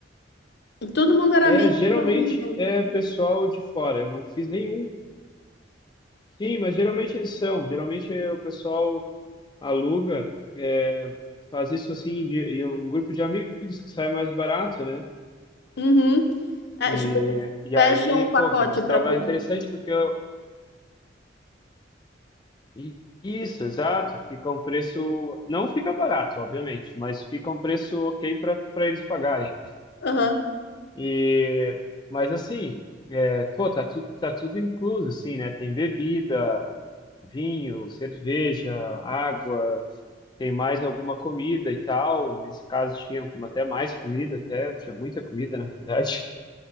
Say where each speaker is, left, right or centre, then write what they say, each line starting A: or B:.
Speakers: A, on the left (about 60°); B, on the left (about 25°).
A: todo mundo era
B: é,
A: amigo,
B: geralmente
A: todo mundo junto.
B: é pessoal de fora, eu não fiz nenhum. Sim, mas geralmente eles são. Geralmente é, o pessoal aluga, é, faz isso assim, de, em um grupo de amigos que sai mais barato, né?
A: Uhum. Ah,
B: E,
A: tipo, eles
B: e
A: fecham
B: aí,
A: o pacote
B: poxa, mas estava
A: para todos.
B: interessante porque eu. i- Isso, exato. Fica um preço. Não fica barato, obviamente, mas fica um preço ok para para eles pagarem.
A: Aham,
B: E, mas assim, é, pô, tá tudo, tá tudo incluso, assim, né? Tem bebida, vinho, cerveja, água, tem mais alguma comida e tal. Nesse caso tinha até mais comida, até tinha muita comida, na realidade.